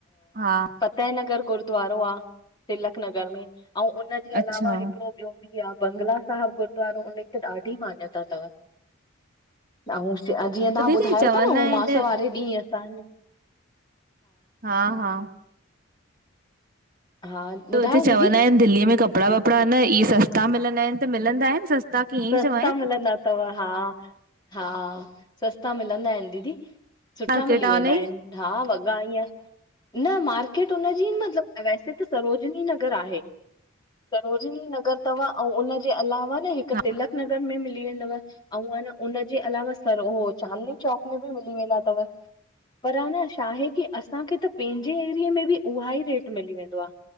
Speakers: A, on the right; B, on the left.
A: हा।
B: फफ़तेह नगर गुरुूद्वारो आ, तिलक नगर में ऐं, उनजे
A: अच्छा
B: अलावा हिकड़ो ॿियो। बंगला साहिब गुरुद्वारो, उ हुनजी त ॾाढी मान्यता अथव। अऊं, जीअं तांहां
A: त दीदी
B: ॿुधायो
A: चवंदा
B: था न उमास,
A: आहिनि
B: वारे ॾींह असांजे।
A: हा, हा।
B: हा
A: त हुते
B: ॿुधायो
A: चवंदा
B: दीदी
A: आहिन दिल्लीअ में कपिड़ा वपड़ा, न इहे सस्ता मिलंदा आहिन त मिलंदा आहिन सस्ता। कीअं
B: सस्ता
A: ई चवां आहिनि
B: मिलंदा अथव हा, हा सस्ता मिलंदा आहिन दीदी। सुठा
A: मार्केट
B: मिली
A: आ हुनजी
B: वेंदा आहिन, हा वॻा ईअं। न मार्केट हुनजी मतलब, वैसे त सरोजनी नगर आहे। सरोजिनी नगर अथव ऐं उनजे, अलावा न हिक
A: हा
B: तिलक नगर में मिली वेंदव। ऐं अन उनजे अलावा सर हो चांदनी चौक, में बि मिली वेंदा अथव। पर अ, न छाहे की। असांखे त पंहिंजे एरिये में बि उहा ई रेट मिली वेंदो आ,